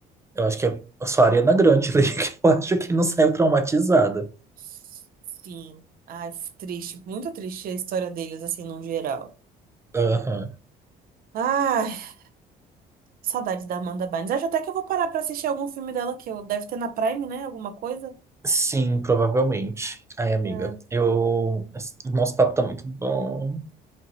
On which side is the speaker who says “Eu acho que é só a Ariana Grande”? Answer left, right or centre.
Right